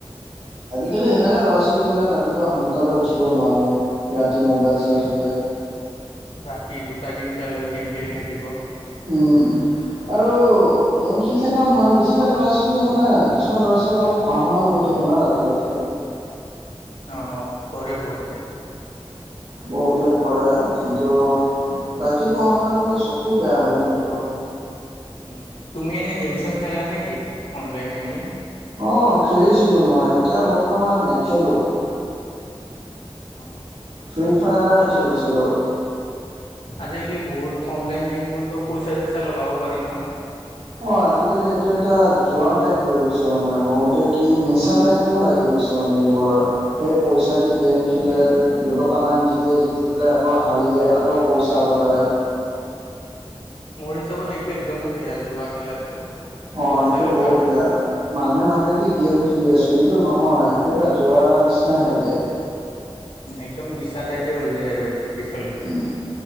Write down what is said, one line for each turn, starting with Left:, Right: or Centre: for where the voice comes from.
Right: আজিকালি সেইকাৰণে ল'ৰা ছোৱালীবিলাক ৰাতিপুৱা সোনকালে উঠিব নোৱাৰে ৰাতি মোবাইল
Left: উম,
Right: চাই থাকে।
Left: ৰাতি দুটা, তিনিটালৈ গেম খেলি থাকিব।
Right: উম আৰু গেম খেলি থকা নহয় বেছিভাগ ল'ৰা ছোৱালী কি মানে কিছুমান ল'ৰা ছোৱালী আকৌ পঢ়া শুনাও কৰি থাকে ন ৰাতিলৈকে।
Left: অ', কৰে বহুতে।
Right: বহুতে কৰে কিন্তু ৰাতি পঢ়া শুনা কৰিলে চকু বেয়া হয় কিন্তু।
Left: উম, তুমি এনেই গেম-চেম খেলা নেকি অনলাইন গেমিং?
Right: অ', খেলিছিলোঁ মই এতিয়া বৰ্তমান নেখেলোঁ।
Left: অ
Right: ফ্ৰী ফায়াৰ
Left: আৰু
Right: খেলিছিলোঁ।
Left: আজিকালি বহুত অনলাইন গেমিঙতো পইচা-চইচা লগাব পাৰি ন?
Right: অ', আজিকালি এইটো এটা যোৱা টাইপ হৈ গৈছে, মানে বহুতে কি নিচা টাইপো লাগি গৈছে। তাৰমানে এইবোৰৰ। এই পইচা দি গেম খেলে দুটকামান জিতে-জিতি পেলাই আকৌ হাৰি যায় আকৌ পইচা লগায়।
Left: মোৰ হিচাপত এইটো একদমেই বেয়া যোৱা খেলাটো।
Right: অ',
Left: পইচা
Right: সেইটো
Left: লগাই।
Right: বহুত বেয়া। মানুহে ভাবে কি গেম খেলি আছে কিন্তু নহয় সেইটো এটা যোৱাৰ নিচিনা হৈ যায়।
Left: একদম নিচা টাইপে হৈ যায় আৰু এইটো। পিছলৈকে।
Right: উম,